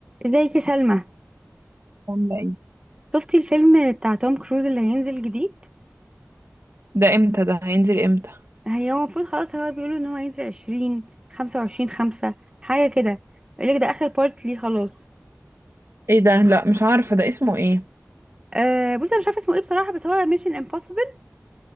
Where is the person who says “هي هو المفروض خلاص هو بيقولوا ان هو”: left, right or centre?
Right